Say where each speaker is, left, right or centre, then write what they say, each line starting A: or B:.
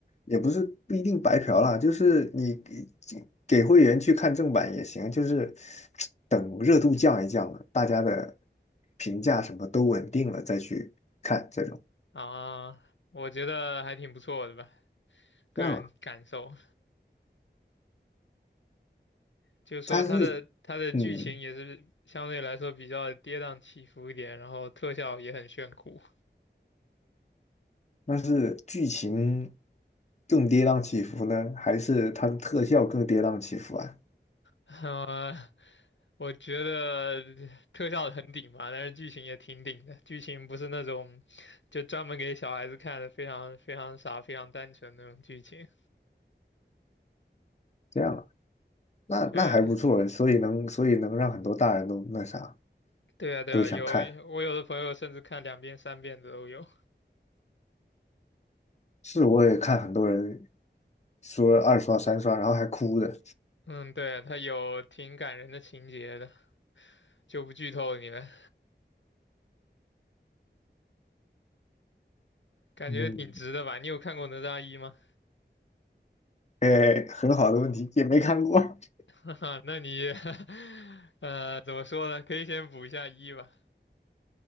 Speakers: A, on the left; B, on the left.
A: 也不是不一定白嫖啦，就是你给给会员去看正版也行，就是 <tsk> 等热度降一降了，大家的评价什么都稳定了再去看这种，
B: 啊，我觉得还挺不错的吧，个人感受。
A: 这样啊，
B: 就是说它的它的剧情也是相对来说比较跌宕起伏一点，
A: 它是嗯，
B: 然后特效也很炫酷。
A: 那是剧情更跌宕起伏呢，还是它的特效更跌宕起伏啊？
B: 呃，我觉得特效很顶吧，但是剧情也挺顶的。剧情不是那种就专门给小孩子看的，非常非常傻、非常单纯那种剧情。
A: 这样啊，那那还不错，
B: 对，
A: 所以能所以能让很多大人都那啥
B: 对啊，对啊，
A: 都想看，
B: 有我有的朋友甚至看两遍、三遍的都有。
A: 是我也看很多人说二刷三刷，然后还哭的。
B: 嗯，对，他有挺感人的情节的，就不剧透你了，感觉挺值的吧？
A: 嗯，
B: 你有看过《哪吒一》吗？
A: 哎，很好的问题，也没看过。<laughs>
B: <laughs> 那你，<laughs> 呃，怎么说呢？可以先补一下一吧。